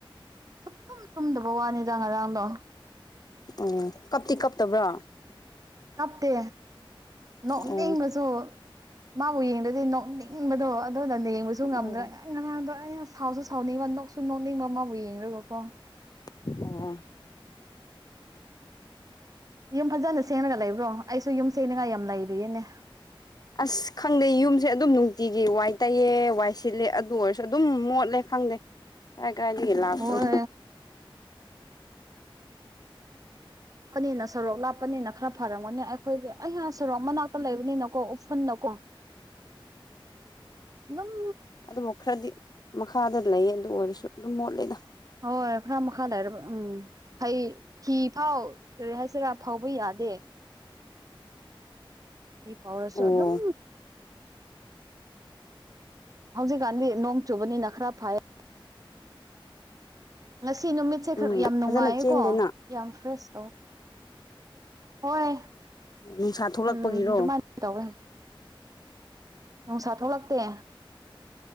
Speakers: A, on the right; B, on the left.
A: ꯁꯨꯛ ꯇꯨꯝ ꯇꯨꯝꯗꯕ ꯋꯥꯅꯤꯗ ꯉꯔꯥꯡꯗꯣ꯫
B: ꯎꯝ ꯀꯞꯇꯤ ꯀꯞꯇꯕ꯭ꯔꯣ꯫
A: ꯀꯞꯇꯦ ꯅꯣꯛꯅꯤꯡꯕꯖꯨ
B: ꯑꯣ
A: ꯃꯥꯕꯨ ꯌꯦꯡꯗꯗꯤ ꯅꯣꯛꯅꯤꯡꯕꯗꯣ ꯑꯗꯨꯅ ꯌꯦꯡꯕꯁꯨ
B: ꯑꯣ
A: ꯉꯝꯗ꯭ꯔꯥ꯫ ꯑꯩ ꯉꯔꯥꯡꯗꯣ ꯑꯩꯅ ꯁꯥꯎꯁꯨ ꯁꯥꯎꯅꯤꯡꯕ ꯅꯣꯛꯁꯨ ꯅꯣꯛꯅꯤꯡꯕ ꯑꯃꯕꯨ ꯌꯦꯡꯨꯕꯀꯣ꯫
B: ꯎꯝ꯫
A: ꯌꯨꯝ ꯐꯖꯅ ꯁꯦꯡꯉꯒ ꯂꯩꯕ꯭ꯔꯣ ꯑꯩꯁꯨ ꯌꯨꯝ ꯁꯦꯡꯅꯤꯡꯉꯥꯏ ꯌꯥꯝ ꯂꯩꯔꯤꯌꯦꯅꯦ꯫
B: ꯑꯁ ꯈꯪꯗꯦ ꯌꯨꯝꯁꯦ ꯑꯗꯨꯝ ꯅꯨꯡꯇꯤꯒꯤ ꯋꯥꯏ ꯇꯩꯌꯦ ꯋꯥꯏ ꯁꯤꯠꯂꯦ ꯑꯗꯨ ꯑꯣꯏꯔꯁꯨ ꯑꯗꯨꯝ ꯃꯣꯠꯂꯦ ꯈꯪꯗꯦ꯫ ꯀꯥꯏ ꯀꯥꯏꯗꯒꯤꯂꯥꯛꯄꯔ꯫
A: ꯍꯣꯏ ꯂꯄꯅꯤꯅ ꯁꯣꯔꯣꯛ ꯂꯥꯞꯄꯅꯤꯅ ꯈꯔ ꯐꯔꯝꯒꯅꯤ ꯑꯩꯈꯣꯏꯗꯤ ꯑꯩꯍꯥꯛ ꯁꯣꯔꯣꯛ ꯃꯅꯥꯛꯇ ꯂꯩꯕꯅꯤꯅꯀꯣ ꯎꯐꯨꯟꯅꯀꯣ꯫ ꯅꯪ
B: ꯑꯗꯨꯃꯨꯛ ꯈꯔꯗꯤ ꯃꯈꯥꯗ ꯂꯩꯌꯦ ꯑꯗꯨ ꯑꯣꯏꯔꯁꯨ ꯑꯗꯨꯝ ꯃꯣꯠꯂꯦꯗ꯫
A: ꯍꯣꯏ ꯈꯔ ꯃꯈꯥ ꯂꯩꯔꯕ ꯎꯝ꯫ ꯍꯩ ꯐꯤ ꯐꯥꯎ ꯀꯔꯤ ꯍꯥꯏꯁꯤꯔꯥ ꯐꯥꯎꯕ ꯌꯥꯗꯦ꯫ ꯐꯤ ꯐꯥꯎꯔꯁꯨ
B: ꯑꯣ
A: ꯑꯗꯨꯝ꯫ ꯍꯧꯖꯤꯛꯀꯥꯟꯗꯤ ꯅꯣꯡ ꯆꯨꯕꯅꯤꯅ ꯈꯔ ꯐꯩꯌꯦ꯫ ꯉꯁꯤ ꯅꯨꯃꯤꯠꯁꯦ
B: ꯎꯝ
A: ꯈꯔ ꯌꯥꯝ ꯅꯨꯡꯉꯥꯏꯌꯦꯀꯣ꯫
B: ꯐꯖꯅ ꯆꯦꯟꯗꯦꯅ
A: ꯌꯥꯝ ꯐ꯭ꯔꯦꯁ ꯇꯧꯋꯦ ꯍꯣꯏ꯫
B: ꯅꯨꯡꯁꯥ ꯊꯣꯛꯂꯛꯄꯒꯤꯔꯣ꯫
A: ꯎꯝ ꯑꯗꯨꯃꯥꯏꯅ ꯇꯧꯋꯦ꯫ ꯅꯨꯡꯁꯥ ꯊꯣꯛꯂꯛꯇꯦ꯫